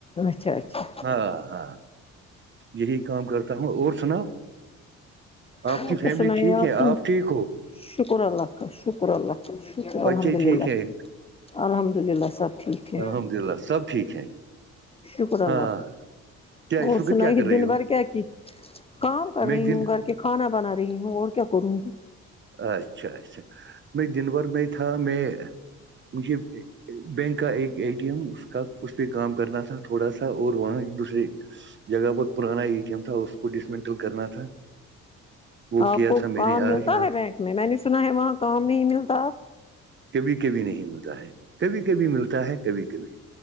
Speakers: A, on the left; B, on the right.
A: اچھا اچھا
B: ہاں ہاں یہی کام کرتا ہوں اور سناؤ آپ کی
A: اور کیا
B: فیملی
A: سنائیے
B: ٹھیک ہے
A: سن
B: آپ ٹھیک ہو
A: شکر اللہ کا شکر اللہ کا شک
B: بچے
A: الحمد
B: ٹھیک
A: للہ
B: ہیں
A: <unintelligible> الحمد للہ سب ٹھیک ہے
B: الحمد للہ سب ٹھیک ہیں
A: شکر
B: ہاں
A: اللہ ح <unintelligible>
B: کیا اس
A: اور
B: وقت
A: سناائی
B: کیا کر رہی
A: دن
B: ہو
A: بار کیا کی کام کر
B: میں
A: رہی ہوں
B: دن
A: کر کے <unintelligible> کھانا بنا رہی ہوں اور کیا کروں گی
B: اچھا اچھا میں دن بھر میں ہی تھا میں مجھے بینک کا ایک اے ٹی ایم اس کا اس پہ کام کرنا تھا تھوڑا سا اور وہاں ایک دوسرے جگہ بہت پرانا ای ٹی ایم تھا اس کو ڈسمٹل کرنا تھا وہ
A: آپ
B: کیا
A: کو
B: تھا میں
A: کام
B: نے
A: ملتا
B: آج یہاں
A: ہے بینک میں میں نے سنا ہے وہاں کام نہیں ملتا
B: کبھی کبھی نہیں ملتا ہے کبھی کبھی ملتا ہے کبھی کبھی